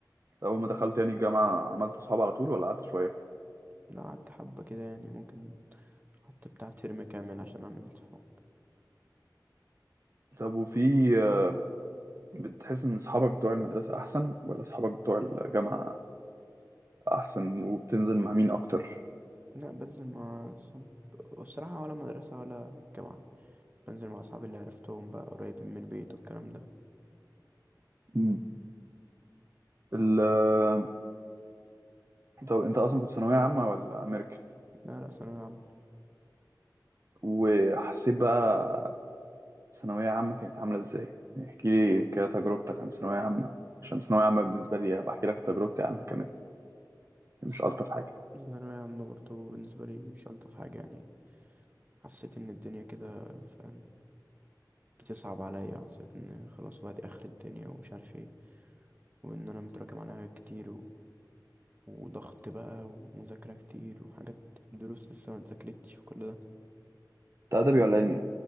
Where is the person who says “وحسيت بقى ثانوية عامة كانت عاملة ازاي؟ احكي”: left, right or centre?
Right